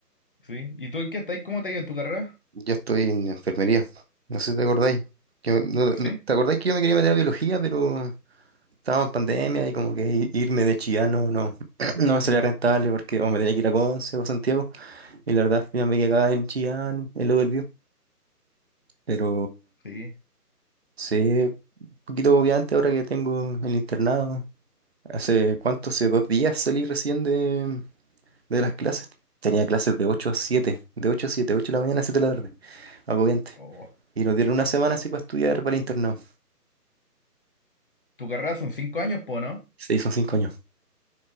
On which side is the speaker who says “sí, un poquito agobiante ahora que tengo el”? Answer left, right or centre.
Right